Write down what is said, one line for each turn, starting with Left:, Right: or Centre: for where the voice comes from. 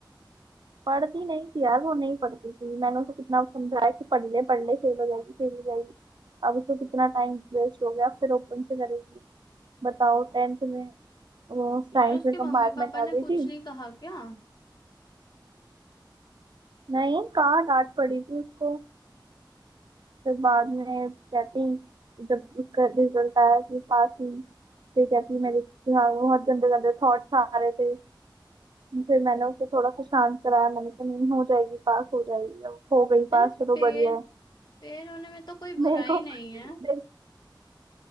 Right: पढ़ती नहीं थी यार वो नहीं पढ़ती थी मैंने उसे कितना समझाया कि पढ़ ले पढ़ ले फेल हो जाएगी फेल हो जाएगी अब उसको कितना टाइम वेस्ट हो गया फिर ओपन से करेगी बताओ टेंथ में वो साइंस
Left: यार उसके
Right: में कंपार्टमेंट
Left: मम्मी पापा
Right: आ
Left: ने
Right: गई थी
Left: कुछ नहीं कहा क्या
Right: नहीं कहाँ डांट पड़ी थी उसको फिर बाद में कहती जब उसका रिजल्ट आया कि पास हुई फिर कहती मेरे दिमाग में बहुत गंदे गंदे थॉट्स आ रहे थे फिर मैंने उसे थोड़ा सा शांत कराया मैंने कहा नहीं हो जाएगी पास हो जाएगी अब हो गई
Left: अरे
Right: पास चलो
Left: फेल
Right: बढ़िया है
Left: फेल होने में तो कोई
Right: मेरे
Left: बुराई
Right: को
Left: नहीं
Right: <laughs>
Left: है
Right: देख